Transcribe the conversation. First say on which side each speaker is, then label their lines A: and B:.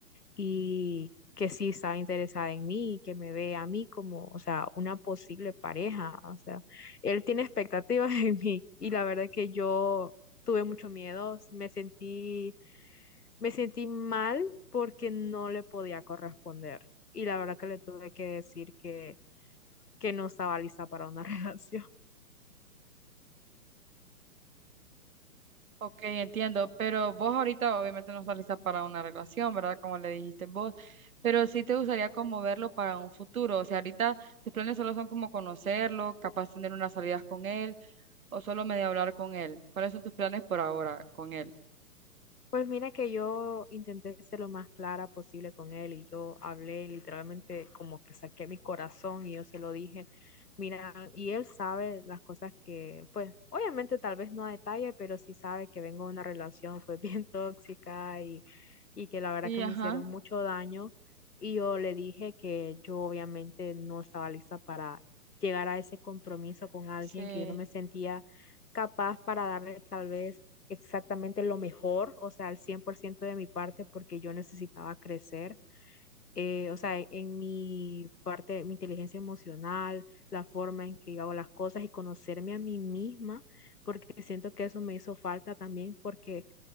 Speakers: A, on the left; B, on the right.
A: y que sí estaba interesada en mí y que me ve a mí como, o sea, una posible pareja. O sea, él tiene expectativas <laughs> en mí y la verdad que yo tuve mucho miedo, me sentí, me sentí mal porque no le podía corresponder y la verdad que le tuve que decir que, que no estaba lista para una <laughs> relación.
B: Ok, entiendo, pero vos ahorita obviamente no estás lista para una relación, ¿verdad? Como le dijiste vos, pero sí te gustaría como verlo para un futuro, o sea, ahorita tus planes solo son como conocerlo, capaz tener unas salidas con él o solo medio hablar con él. ¿Cuáles son tus planes por ahora con él?
A: Pues mira que yo intenté ser lo más clara posible con él y yo hablé literalmente como que saqué mi corazón y yo se lo dije, mira, y él sabe las cosas que, pues obviamente tal vez no a detalle, pero sí sabe que vengo de una relación fue bien <laughs> tóxica y, y que la verdad
B: Sí,
A: que
B: ajá.
A: me hicieron mucho daño y yo le dije que yo obviamente no estaba lista para llegar a ese compromiso con alguien,
B: Sí,
A: que yo no me sentía capaz para darle tal vez exactamente lo mejor, o sea, al 100% de mi parte, porque yo necesitaba crecer. eh, o sea, en mi parte, mi inteligencia emocional, la forma en que yo hago las cosas y conocerme a mí misma, porque siento que eso me hizo falta también, porque